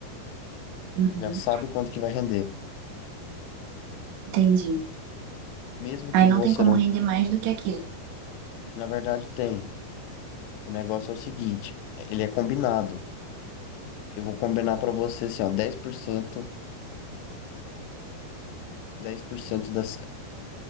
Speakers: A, on the right; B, on the left.
A: Uhum,
B: Já sabe quanto que vai render.
A: entendi.
B: Mesmo
A: Aí
B: que você
A: não tem como
B: não
A: render mais do que aquilo.
B: Na verdade, tem. O negócio é o seguinte, ele é combinado. Eu vou combinar para você assim, ó, 10%, 10% da, C-